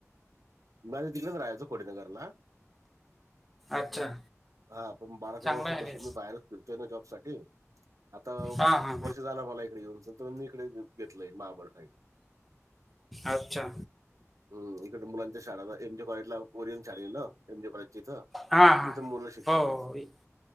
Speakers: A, on the right; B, in the centre.
A: <unintelligible> तिकडेच राहायचो कोडीनगरला.
B: अच्छा.
A: हा पण बारा तेरा
B: चांगलं
A: वर्षापासून
B: आहे रे
A: मी बाहेरच फिरतोय ना जॉब साठी. आता
B: हा हा
A: वर्ष झालं मला इकडे येऊन तर मी इकडे घेतलय महाबळ साईडला.
B: अच्छा.
A: हम् इकड मुलांच्या शाळाला एमजे कॉलेजला ओरियन शाळेन एमजी कॉलेजच्या इथं
B: हा हा
A: तिथं मुलं शिकतात.
B: हो हो